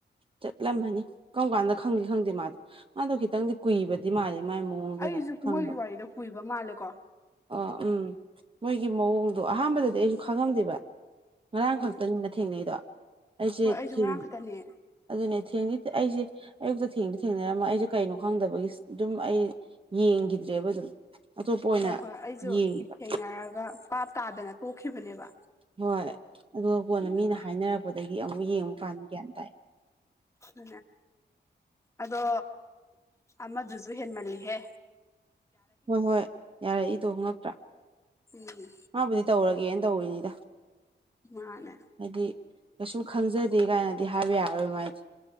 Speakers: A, on the right (about 30°); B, on the left (about 15°).
A: ꯆꯠꯂꯝꯃꯅꯤ ꯀꯔꯝ ꯀꯥꯟꯗ ꯈꯪꯗꯦ ꯈꯪꯗꯦ ꯃꯥꯗꯣ ꯃꯥꯗꯣ ꯈꯤꯇꯪꯗꯤ ꯀꯨꯏꯕꯗꯤ ꯃꯥꯜꯂꯦ ꯃꯥꯏ ꯃꯑꯣꯡꯗꯨꯅꯦ
B: ꯑꯩꯁꯨ
A: ꯈꯪꯕꯗ
B: ꯃꯣꯏꯒꯤ ꯋꯥꯔꯤꯗꯣ ꯀꯨꯏꯕ ꯃꯥꯜꯂꯦꯀꯣ
A: ꯑꯣ ꯎꯝ ꯃꯣꯏꯒꯤ ꯃꯑꯣꯡꯗꯣ ꯑꯍꯥꯟꯕꯗꯗꯤ ꯑꯩꯁꯨ ꯈꯪꯉꯝꯗꯦꯕ ꯉꯔꯥꯡ
B: ꯎꯝ
A: ꯈꯛꯇꯅꯤꯅ ꯊꯦꯡꯅꯩꯗꯣ ꯑꯩꯁꯦ
B: ꯍꯣꯏ ꯑꯩꯁꯨ
A: ꯊꯦꯡꯗꯤ
B: ꯉꯔꯥꯡ ꯈꯛꯇꯅꯦ
A: ꯑꯗꯨꯅꯦ ꯊꯦꯡꯗꯤ ꯑꯩꯁꯦ ꯑꯌꯨꯛꯇ ꯊꯦꯡꯗꯤ ꯊꯦꯡꯅꯔꯝꯃ ꯑꯩꯁꯨ ꯀꯩꯅꯣ ꯈꯪꯗꯕꯒꯤ ꯑꯗꯨꯝ ꯑꯩ ꯌꯦꯡꯈꯤꯗ꯭ꯔꯦꯕ ꯑꯗꯨꯝ ꯑꯇꯣꯞꯄ ꯑꯣꯏꯅ
B: ꯍꯣꯏ ꯍꯣꯏ ꯑꯩꯁꯨ
A: ꯌꯦꯡꯉꯦꯕ
B: ꯊꯦꯡꯅꯔꯒ ꯄꯥꯞ ꯇꯥꯗꯅ ꯇꯣꯛꯈꯤꯕꯅꯦꯕ
A: ꯍꯣꯏ ꯑꯗꯨꯒ ꯀꯣꯟꯅ
B: ꯑꯗꯨꯒ
A: ꯃꯤꯅ ꯍꯥꯏꯅꯔꯛꯄꯗꯒꯤ ꯑꯃꯨꯛ ꯌꯦꯡꯕꯨꯀꯥꯟꯗ ꯒ꯭ꯌꯥꯟ ꯇꯥꯏ
B: ꯎ ꯑꯗꯣ ꯑꯃꯗꯨꯁꯨ ꯨꯍꯦꯟ ꯃꯜꯂꯤ ꯍꯦ
A: ꯍꯣꯏ ꯍꯣꯏ ꯌꯥꯔ ꯏꯗꯣꯉꯛꯇ꯭ꯔꯥ
B: ꯎꯝ
A: ꯃꯥꯕꯨꯗꯤ ꯇꯧꯔꯒꯦꯅ ꯇꯧꯔꯤꯅꯤꯗ
B: ꯃꯥꯅꯦ
A: ꯍꯥꯏꯗꯤ ꯀꯩꯁꯨꯝ ꯈꯪꯖꯗꯦ ꯀꯥꯏꯅꯗꯤ ꯍꯥꯏꯕ ꯌꯥꯔꯣꯏ ꯃꯥꯏꯗꯤ